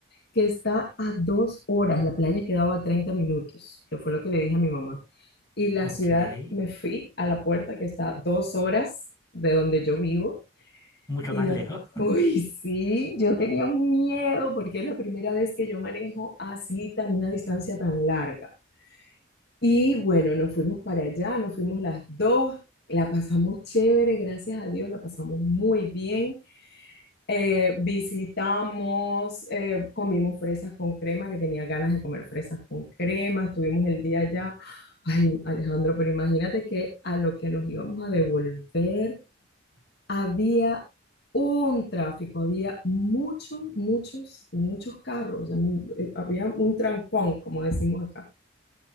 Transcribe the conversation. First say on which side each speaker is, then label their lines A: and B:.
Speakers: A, on the left (about 50°); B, on the left (about 15°).
A: que está a dos horas, la playa quedaba a 30 minutos, que fue lo que le dije a mi mamá. Y la
B: ok.
A: ciudad, me fui a la puerta que está a dos horas de donde yo vivo
B: Mucho
A: y
B: más
A: no.
B: lejos. <laughs>
A: Uy, sí, yo tenía un miedo porque es la primera vez que yo manejo así tan una distancia tan larga. Y bueno, nos fuimos para allá, nos fuimos las dos, la pasamos chévere, gracias a Dios, la pasamos muy bien. Eh, visitamos, eh, comimos fresas con crema, que tenía ganas de comer fresas con crema, estuvimos el día allá. Ay, Alejandro, pero imagínate que a lo que nos íbamos a devolver había un tráfico, había muchos, muchos, muchos carros, o sea, mu- eh, había un trancón, como decimos acá.